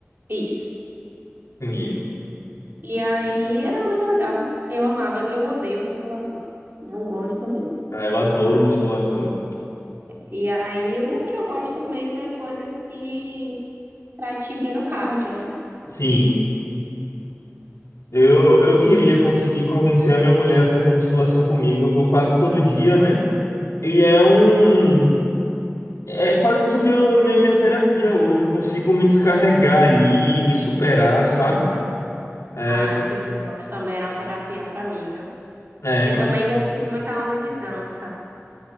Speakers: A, on the right (about 45°); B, on the left (about 80°).
A: Isso.
B: Entendi.
A: E aí era muito legal. Eu amava, eu odeio musculação. Não gosto mesmo.
B: Ah, eu adoro musculação.
A: E aí o que eu gosto mesmo é coisas que pratiquem no cardio, né?
B: Sim. Eu, eu queria conseguir convencer a minha mulher a fazer musculação comigo. Eu vou quase todo dia, né? E é um. É quase que meu, minha, minha terapia hoje. Eu consigo me descarregar ali, me superar, sabe? É,
A: A kickbox também era uma terapia para mim, viu?
B: é,
A: Eu
B: mas
A: também já fiz muita aula de dança.